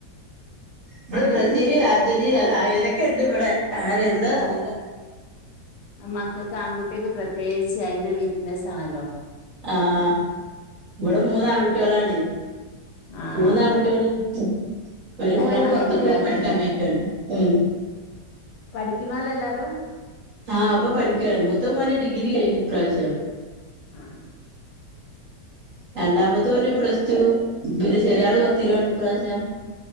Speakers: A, on the right (about 55°); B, on the left (about 80°).
A: ഇപടെ ബ്രസീല് അർജന്റീന അ ഏതൊക്കെ ഉണ്ട് ഇവിടെ ആര എന്താന്ന് അറിയില്ല-
B: അഹ് മക്കൾക്ക് ആൺകുട്ടിയക്കെ പ്രത്യേകിച്ച് അയിന്റെ ഒരു വീക്ക്നെസാണല്ലോ.
A: ആഹ് ഇവിടെ മൂന്ന ആൺകുട്ടിളാണേ
B: ആഹ്
A: മൂന്നാൺകുട്ട്യാളും- ഒരു
B: കല്യാണം
A: മോൻ പുറത്ത്പോയി
B: കഴിഞ്ഞിണ്ടാവൂല
A: പഠിക്കാൻ
B: അല്ലെ
A: പോയ്‌ക്കണ് ഉം-
B: പഠിക്കണോലെല്ലാരും-
A: ആഹ് ഒക്ക പഠിക്കണ് മൂത്ത മോൻ ഡിഗ്രി കഴിഞ് ഇപ്രാവശ്യം-
B: ആഹ് -
A: രണ്ടാമത്തെ ഓൻ പ്ലസ് ടു പിന്നെ ചെറിയ ആള് പത്തിലാണ് ഇപ്രാവശ്യം-